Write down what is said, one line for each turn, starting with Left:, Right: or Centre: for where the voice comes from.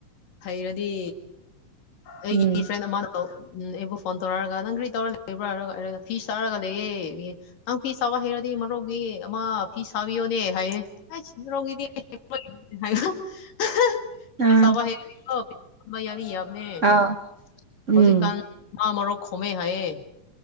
Left: ꯍꯩꯔꯗꯤ ꯑꯩꯒꯤ
Right: ꯎꯝ
Left: ꯐ꯭ꯔꯦꯟ ꯑꯃꯗꯣ ꯑꯩꯕꯨ ꯐꯣꯟ ꯇꯧꯔꯛꯑꯒ ꯅꯪ ꯀꯔꯤ ꯇꯧꯔ ꯂꯩꯕ꯭ꯔꯥ ꯍꯥꯏꯔ ꯑꯩ ꯐꯤ ꯁꯔꯥ ꯂꯩꯌꯦ ꯅꯪ ꯐꯤ ꯁꯥꯕ ꯍꯩꯔꯗꯤ ꯃꯔꯨꯞꯒꯤ ꯑꯃ ꯐꯤ ꯁꯥꯕꯤꯌꯣꯅꯦ ꯍꯥꯏꯌꯦ ꯅꯣꯡꯒꯤꯗꯤ ꯍꯥꯏꯌ <unintelligible>
Right: ꯑꯥ
Left: ꯁ <unintelligible> ꯍꯦꯣ ꯌꯥꯅꯤꯅꯦ
Right: ꯑꯥ ꯎꯝ
Left: ꯍꯧꯖꯤꯛꯀꯥꯟ ꯃꯥ ꯃꯔꯨꯞ ꯈꯣꯝꯃꯦ ꯍꯥꯏꯌꯦ